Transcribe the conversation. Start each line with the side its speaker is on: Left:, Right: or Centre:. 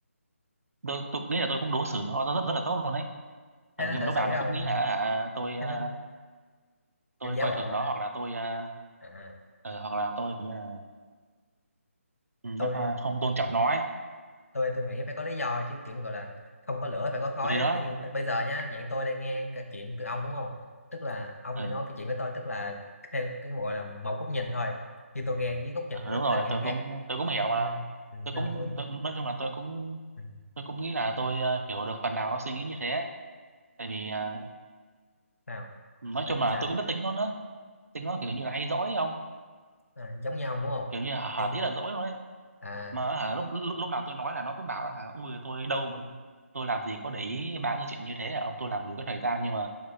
Right: tôi, tôi nghĩ là tôi cũng đối xử nó rất rất là tốt luôn đấy ừ,
Left: thế nó
Right: nhưng
Left: xử
Right: mà lúc
Left: xử
Right: nào nó
Left: ông
Right: cũng nghĩ là hả tôi ờ,
Left: thế nó
Right: tôi
Left: kiểu giả
Right: coi
Left: bộ
Right: thường
Left: á.
Right: nó hoặc là tôi ờ,
Left: à
Right: ừ, hoặc là tôi kiểu như là ừ,
Left: tôi
Right: nó không tôn
Left: ừ.
Right: trọng nó ấy
Left: tôi tôi nghĩ phải có lý do chứ kiểu gọi là không có lửa phải có khói
Right: Ừ, thì đó
Left: kiểu như bây giờ nhá dạng tôi đang nghe cái chuyện từ ông đúng không tức là ông
Right: ừ.
Left: đang nói cái chuyện với tôi tức là theo cái gọi là một góc nhìn thôi khi tôi nghe với góc nhìn
Right: Ừ,
Left: của nó
Right: đúng rồi
Left: sẽ nghe
Right: tôi
Left: khác
Right: cũng tôi cũng hiểu mà
Left: nên ừ, nên
Right: tôi cũng
Left: là tôi
Right: tôi, nói chung là tôi cũng
Left: ừ,
Right: tôi cũng nghĩ là tôi ờ, hiểu được phần nào nó suy nghĩ như thế tại vì ờ,
Left: sao
Right: nói
Left: tại
Right: chung
Left: vì
Right: là
Left: sao
Right: tôi cũng biết tính nó nữa tính nó kiểu như là hay dỗi không
Left: à, giống như ông đúng không
Right: kiểu như là hả hả
Left: thì
Right: tí là dỗi luôn ấy
Left: à
Right: mà hả lúc, lúc lúc nào tôi nói là nó cũng bảo là hả ui tôi đâu mà- tôi làm gì có để ý ba cái chuyện như thế à ông tôi làm gì có thời gian nhưng mà